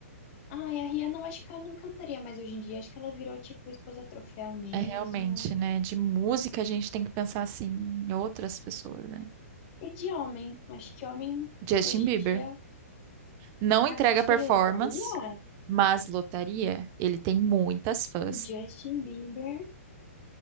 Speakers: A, on the left; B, on the right.
A: Ai, a Rihanna eu acho que ela não cantaria mais hoje em dia. Acho que ela virou tipo esposa troféu mesmo.
B: É realmente, né? De música a gente tem que pensar assim em outras pessoas, né?
A: E de homem, acho que homem
B: Justin
A: hoje
B: Bieber
A: em dia.
B: não
A: Ah,
B: entrega
A: você acha
B: performance,
A: que ele lotaria?
B: mas lotaria. Ele tem muitas fãs.
A: O Justin Bieber?